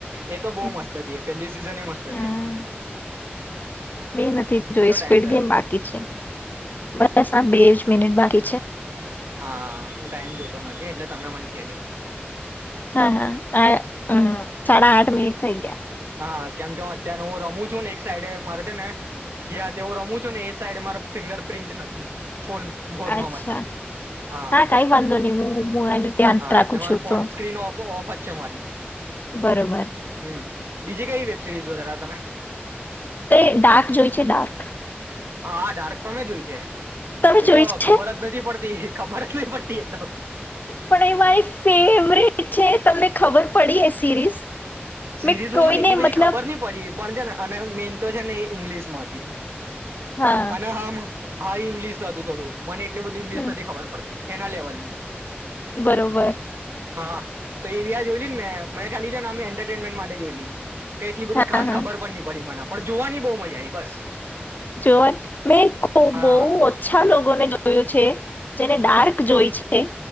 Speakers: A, on the right; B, on the left.
A: એ તો બહુ
B: હ
A: મસ્ત હતી એ પેલી સિઝન એ મસ્ત હતી
B: હ
A: એની
B: મે નથી જોઈ
A: કેટલો
B: સ્પીડ
A: ટાઈમ થયો
B: ગેમ બાકી છે બસ આ બે જ મિનિટ બાકી છે.
A: હા હું ટાઈમ જોતો નથી એટલે તમે મને કેજો
B: હા હા સાડા આઠ મિનિટ થઈ ગયા.
A: હા કેમ કે હ અત્યારે હું રમું છું ને એક સાઈડે મારે ને જે્યા હું રમું છું ને એ સાઈડ મારે ફિંગર પ્રિન્ટ નથી. ફોન
B: ગયા
A: ફોનમાં
B: અચ્છા
A: મતલબ હા
B: કઈ વાંધો નહી હું હું એનું ધ્યાન
A: હા
B: રાખું
A: એટલે મારો
B: છું
A: ફોન
B: તો
A: સ્ક્રીન ઓફ જ છે મારી.
B: બરોબર.
A: હમ બીજી કઈ વેબસીરીઝ જો તમે?
B: તે ડાર્ક જોઈ છે ડાર્ક
A: હા ડાર્ક પણમે જો હોય છે.
B: તમે
A: એતો
B: જોઈ
A: ખબર
B: છે
A: જ નથી પડતી. ખબર જ નહી પડતી એ તો
B: પણ એ મારી ફેવરેટ છે તમને ખબર પડી એ સિરીઝ.
A: સિરીઝમાં
B: મેં કોઈને
A: મને એટલી
B: મતલબ
A: બધી ખબર નની પડી. પણ છે ને અને મેન તો છે ને ઇંગ્લિશ માંથી.
B: હા
A: અને હામાં હા ઇંગ્લિશ હતું થોડું મને એટ બધું ઇંગ્લિશ
B: હમ,
A: નથી ખબર પડતી એના લેવલ ન
B: બરોબર
A: હા. તો એવી આ જોઈ લને મેં મને ખાલી નામે એડ ટ્રીટમેન્ટ માટે જોઈ લલી. કે એટલી બધી
B: હા
A: ખાસ
B: હા
A: ખબર પણ નહી પડી મને. પણ જોવાની બહુ મજા આવીઈ બસ.
B: જોન મેં ખબ
A: હા
B: બહુ ઓ્છા લોકોને જો જોયો છે જેને ડાર્ક જોય છે.